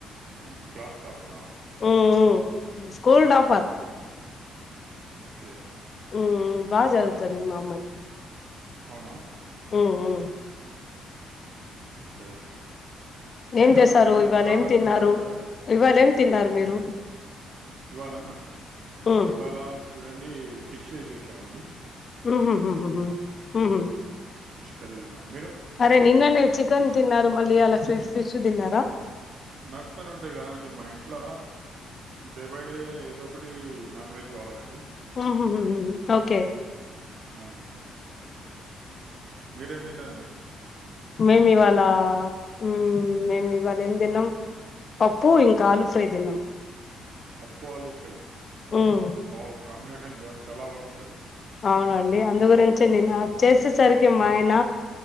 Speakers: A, on the right; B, on the left.
A: ఆహ్ క్లాస్ టాపరా.
B: ఉమ్ ఉమ్ స్కూల్ టాపర్.
A: ఓకే.
B: ఉమ్మ్ బాగా జదువుతాంది మా అమ్మాయి.
A: అవునా.
B: ఉమ్ ఉమ్.
A: ఓకే.
B: ఏం
A: ఇంకా
B: చేసారు
A: మీ ఫ్రెండ్స్
B: ఇవాళ
A: వాళ్ళకి
B: ఏం తిన్నారు
A: కాల్ చేశారా
B: ఇవాళ ఏం తిన్నారు మీరు.
A: ఇవాల్నా మ్యామ్
B: ఉమ్
A: ఇవాళ చూడండి ఫిష్ జేశామండి.
B: ఉమ్ ఉమ్ ఉమ్ ఉమ్మ్.
A: ఫిష్ కరీ తిన్నాం. మీరు
B: అరే నిన్ననే చికెన్ తిన్నారూ మళ్ళీ ఇయాల ఫి ఫిష్ తిన్నారా.
A: నడ్స్తానే ఉంటయి గాండి మా ఇంట్ల డే బై డే ఏదో ఒకటి నాన్ వెజ్. కావాలండి
B: ఉమ్ ఉమ్ ఉమ్ ఓకే.
A: అవును. మీరేం దిన్నారండి.
B: మేం ఇవాళ ఉమ్మ్. ఉమ్మ్ మేం ఇవాళ ఏం తిన్నాం పప్పు ఇంకా ఆలూ ఫ్రై తిన్నాం.
A: పప్పు ఆలుఫ్రై
B: ఉమ్
A: వావ్ కాంబ్నేషన్ బ్ చాలా బాగుంటది.
B: ఔనా అండి అందుగురించే నేనా చేసేసర్కి మాయ్న